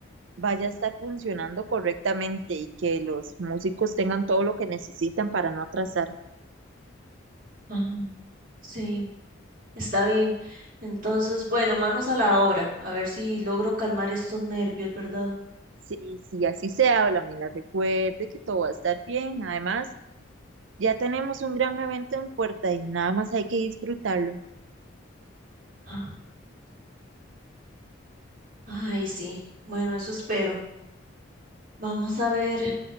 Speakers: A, on the right; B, on the right.
A: vaya a estar funcionando correctamente y que los músicos tengan todo lo que necesitan para no atrasar.
B: Ah, Sí. Está bien. Entonces, bueno, manos a la obra, a ver si logro calmar estos nervios, ¿verdad?
A: Sí, sí, así se habla, me la recuerde que todo va a estar bien. Además, Ya tenemos un gran evento en puerta y nada más hay que disfrutarlo.
B: Ah. Ay, sí. Bueno, eso espero. Vamos a ver,